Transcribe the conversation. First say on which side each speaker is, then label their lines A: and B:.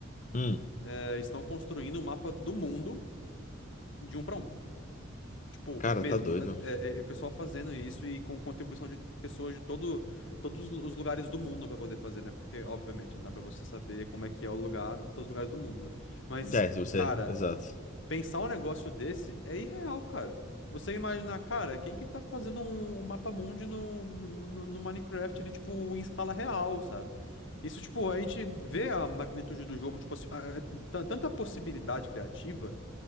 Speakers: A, on the left; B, on the left.
A: Hum,
B: É, estão construindo um mapa do mundo de um para um. Tipo,
A: cara,
B: mesmo,
A: tá doido.
B: é, é- é o pessoal fazendo isso e com contribuição de pessoas de todo, todos os lugares do mundo para poder fazer, né? Porque, obviamente, não dá para você saber como é que é o lugar em todos os lugares do mundo, né? Mas,
A: É, se você.
B: cara,
A: Exato.
B: pensar um negócio desse é irreal, cara. Você imaginar, cara, quem que tá fazendo um, um mapa mundi no, no, no no Minecraft, ele, tipo, em escala real, sabe? Isso, tipo, a gente vê a magnitude do jogo, tipo, assim, a- a- tan- tanta possibilidade criativa.